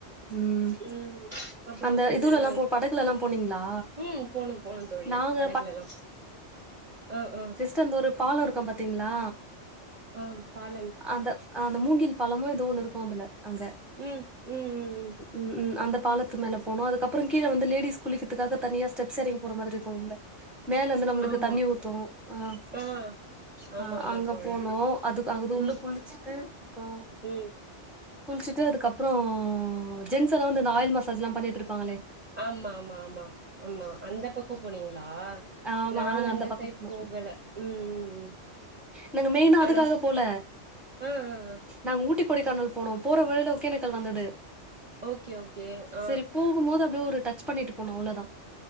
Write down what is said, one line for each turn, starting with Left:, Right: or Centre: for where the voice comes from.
Centre: ம்
Right: ம் அப்பறோ
Centre: அந்த
Right: கொஞ்ச
Centre: இதுலல்லா
Right: நேரோ
Centre: போ படகுலல்லா போனீங்களா?
Right: ம் போணு போணு தோழி
Centre: நாங்க
Right: படகுலலா அ அ
Centre: த்து அந்த ஒரு பாலோ இருக்கு பாத்திங்ளா
Right: ஆ பாலம்
Centre: அந்த அந்த மூங்கில் பாலமு எதோ ஒண்ணு இருக்கு அதுல அங்க
Right: ம் ம்ம்ம்
Centre: ம்ம் அந்த பாலத்து மேல போனு அதுக்கப்பறோ கீழ வந்து லேடீஸ் குளிக்கறத்துக்காக தனியா ஸ்டெப்ஸ் எறங்கி போற மாதிரி இருக்கு உள்ள மேல இருந்து நம்மளுக்கு
Right: ஆமா
Centre: தண்ணீ ஊத்தூ அ
Right: ஆ ஆமா
Centre: அ
Right: ஆமா
Centre: அங்க
Right: தோழி
Centre: போனோ அதுக்கு அங்க தூர்ல
Right: ம்
Centre: குளிச்சிட்டு அப்பறோ
Right: ம்
Centre: குளிச்சுட்டு அதுக்கப்பறோ ஜென்ஸ் எல்லா வந்து இந்த ஆயில் மசாஜ்லா பண்ணிட்ருப்பாங்களே
Right: ஆமா ஆமா ஆமா ஆமா அந்த பக்கோ போனீங்களா
Centre: ஆமா
Right: நாங்க அந்த
Centre: பக்கம்
Right: சைட்
Centre: போனோ
Right: போகல ம் ம் ம்
Centre: நாங்க மெயினா அதுக்காக
Right: ஆனா ஸ்
Centre: போல
Right: ஆ ஆ ஆ
Centre: நாங்க ஊட் ட்டி கொடைக்கானல் போனோ போற வழில ஓகேணக்கல் வந்தது
Right: ஓகே ஓகே ஆ
Centre: சரிப்பூ போம்போது அப்டியே ஒரு டச் பண்ணீட்டு போனோ அவ்ளதா